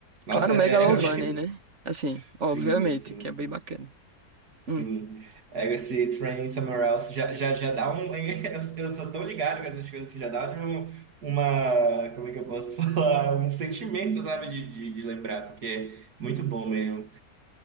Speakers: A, on the right; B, on the right.
A: Nossa,
B: Claro,
A: é,
B: Megalovania,
A: é o que...
B: né?
A: <laughs>
B: Assim,
A: Sim,
B: obviamente,
A: sim,
B: que
A: sim.
B: é bem bacana. Hum,
A: Sim. É, esse It's Raining Somewhere Else já, já, já dá um... <laughs> Eu, eu sou tão ligado com essas coisas que já dá tipo, um- uma... Como é que eu posso <laughs> falar? Um sentimento, sabe? De, de, de lembrar, porque é muito bom mesmo.